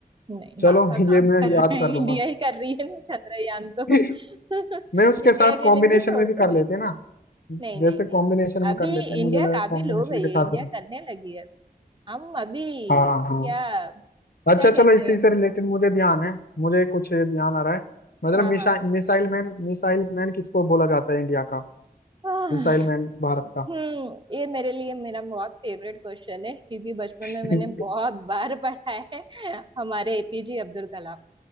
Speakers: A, on the right (about 30°); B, on the left (about 75°).
A: नहीं
B: चलो
A: नासा कहाँ
B: ये
A: कर
B: मैं याद
A: रहा है
B: कर लूंगा
A: इंडिया ही कर रही है ना चंद्रयान तो
B: <laughs>
A: <laughs>
B: नहीं उसके
A: इंडिया
B: साथ
A: के
B: कॉम्बिनेशन
A: लिए भी छोड़
B: में भी
A: दो
B: कर लेते हैं ना
A: नहीं
B: जैसे
A: नहीं नहीं
B: कॉम्बिनेशन में
A: अभी
B: कर लेते हैं
A: इंडिया
B: मुझे लगा
A: काबिल
B: कॉम्बिनेशन
A: हो गई
B: के साथ
A: है इंडिया
B: है।
A: करने लगी है हम अभी
B: हाँ हाँ
A: क्या क्या
B: अच्छा
A: कहते
B: चलो इसी
A: हैं
B: से रिलेटेड मुझे ध्यान है मुझे कुछ ध्यान आ रहा है मतलब
A: हाँ
B: मिशा
A: हाँ
B: मिसाइल मैन मिसाइल मैन किसको बोला जाता है इंडिया का
A: आह,
B: मिसाइल मैन भारत का
A: हम्म ये मेरे लिए मेरा बहुत फेवरेट क्वेश्चन है क्योंकि बचपन में
B: <laughs>
A: मैंने
B: तुम
A: बहुत बार पढ़ा है <laughs> हमारे एपीजे अब्दुल कलाम